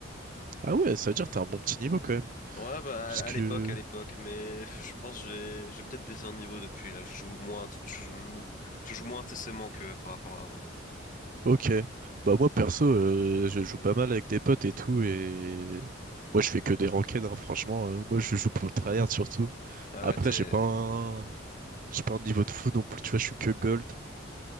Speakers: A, on the right (about 45°); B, on the left (about 45°).
A: Ah ouais, ça veut dire que t'as un bon petit niveau quand même.
B: Ouais, bah
A: Parce
B: à
A: que
B: à l'époque, à l'époque. Mais pff, je pense que j'ai j'ai peut-être baissé en niveau depuis. Là, je joue moins, t- je joue, je joue moins intensément que par rapport à avant.
A: Ok. Bah moi perso, euh, je joue pas mal avec des potes et tout et moi je fais que des ranked hein, franchement. euh, moi je joue pour le tryhard surtout.
B: Ah
A: Après
B: ouais, t'es.
A: j'ai pas un... j'ai pas un niveau de fou non plus, tu vois, je suis que gold.